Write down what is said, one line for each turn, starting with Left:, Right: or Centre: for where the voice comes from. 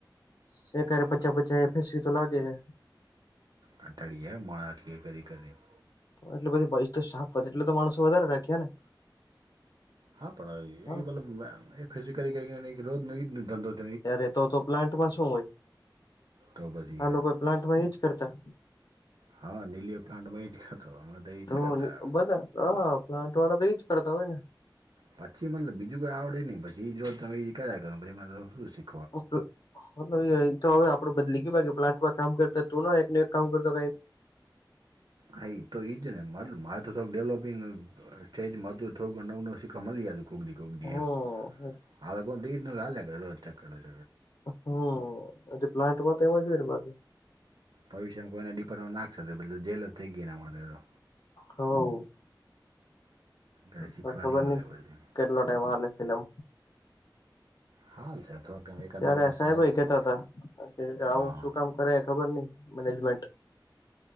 Left: સે કરે પચા પચા એફ એસ વી તો લાગે હે
Right: કંટાળી ગ્યા હે માળા એટલી કરી કરી ન
Left: તો એટલે બધી <unintelligible> એટલે તો માણસો વધારે રાખ્યા ને
Right: હા પણ અવે
Left: હા
Right: એ મતલબ એ ફિઝિકલી કરી કરીને એક રોજનો ઈજ ધંધો ને
Left: ત્યારે તો તો પ્લાન્ટમાં શું હોય
Right: તો પછી
Left: આ
Right: યાર
Left: લોકો પ્લાન્ટમાં એ જ કરતા
Right: હા નીલીઓ પ્લાન્ટમાં એ જ ખાતો અમે એ જ
Left: તો
Right: કરતા
Left: બધા અ પ્લાન્ટવાળા તો ઈ જ કરતા હોય ને
Right: પછી મતલબ બીજું કોઈ આવડે નઈ પછી જો તમે કર્યા કરે
Left: મતલ આ તો હવે આપડે બદલી કે બા કે પ્લાન્ટમાં કામ કરતા તું એક એક કામ કરતો.
Right: હા તો એ જ ને મા મા તો થો ડેવલોપિંગ સ્ટેજમાંથુ થો નવું નવ શિકકો મળલી કોક દી. ગેમ
Left: હમ
Right: આળ કો દી ન કડ.
Left: હમ પ્લાન્ટ વા તો એમાં જો હોય ને બાકી
Right: ભવિષ્યમાં કોઈના ડિપાર્ટમેન્ટ નાખશે જેલ જ થઈ ગય એ ના માટે તો...
Left: હા.
Right: કાંઈ શીખવા
Left: તો ખબર
Right: નહીં મળે
Left: નહી
Right: પછી
Left: કેટલો ટાઈમ હાલે ફિલ્મ
Right: હાલ છે થોડાક ટાઈમ એકાદ
Left: ત્યારે
Right: બે વર્ષ
Left: સાહેબાઈ
Right: તો
Left: કેતા
Right: હાલ
Left: હતા આવું
Right: હા
Left: શું કામ કર્યા કર ખબર નહિ મેનેજમેન્ટ.